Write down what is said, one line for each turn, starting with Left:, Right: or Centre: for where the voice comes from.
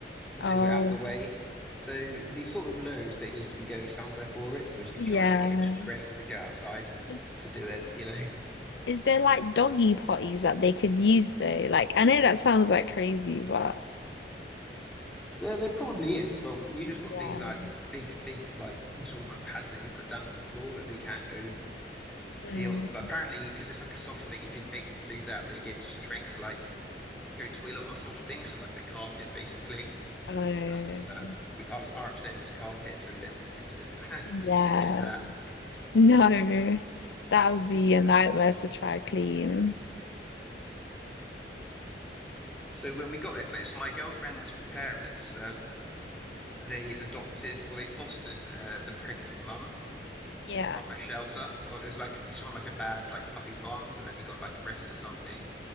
Centre: and
Left: Oh.
Centre: do it out the way. So he sort of knows that he needs to be going somewhere for it. So we just need
Left: Yeah.
Centre: to try and get him to train to go outside
Left: Is
Centre: to do it, you know. <laughs>
Left: is there like doggy potties that they could use though? Like I know that sounds like crazy, but
Centre: There, there probably is, but we just got
Left: yeah.
Centre: these like big, big like absorbent pads that you put down on the floor that they can go
Left: Mm.
Centre: pee on. But apparently, because it's like a soft thing, if you'd make them do that, they get just trained to like go toilet on soft things, so like a carpet basically.
Left: Oh.
Centre: And uh, we, our, our upstairs is carpet, so we don't want him to <laughs>
Left: Yeah.
Centre: be getting used to that.
Left: No. That would be a nightmare to try clean.
Centre: So when we got him. It's my girlfriend's parents. Um, they adopted or they fostered uh, the pregnant mum
Left: Yeah.
Centre: from a shelter, or it was like it was from like a bad like puppy farm. So then he got like arrested or something.